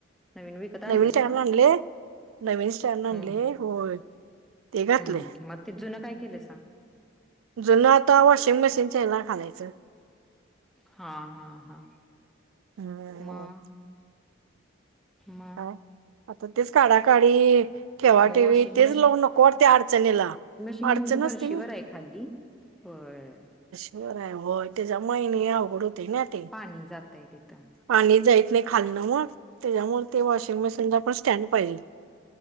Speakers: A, in the centre; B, on the right.
A: नवीन विकत आणल्यासा
B: नवीन स्टँड आणले नवीन स्टँड आणले
A: हम्म.
B: होय ते घातले
A: हम् मग ते जुनं काय केल्यासा?
B: जुन आता वॉशिंग मशीनच्या हेला घा.
A: हा हा हा
B: हम्म
A: म. म.
B: काय आता तेच काढाकाढी, ठेवाठेवी
A: मग वॉशिंग
B: तेच लावून नको, वाटतय अडचणीला
A: पिंप
B: अडचण
A: तुमच फरशीवर
B: असते ना
A: हाय खाल्ली? व्हय -
B: व्हय व्हय तेजामुळे नाई अवघड होतय ना. ते
A: पाणी जातय तिथं.
B: पाणी जाईत नाही खालन ओ मग तेच्यामुळ ते वॉशिंग मशीनला पण स्टँड पाहिजे.